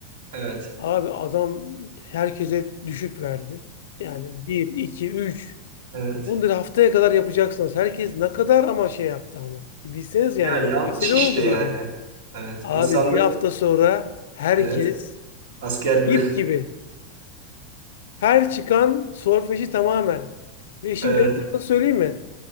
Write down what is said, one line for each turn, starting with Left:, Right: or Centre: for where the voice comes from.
Right: Evet.
Left: Abi adam herkese düşük verdi. Yani bir, iki, üç.
Right: Evet.
Left: Bunları haftaya kadar yapacaksınız. Herkes ne kadar ama şey yaptı ama. Bilseniz yani
Right: Ya yanlış
Left: böyle mesele
Right: işte
Left: oldu
Right: yani.
Left: böyle.
Right: Evet.
Left: Abi
Right: İnsanlar
Left: bir hafta sonra herkes
Right: evet. Asker gibi.
Left: ip gibi. Her çıkan solfeji tamamen. Ve işin
Right: <laughs> Evet.
Left: garip tarafını söyleyeyim mi?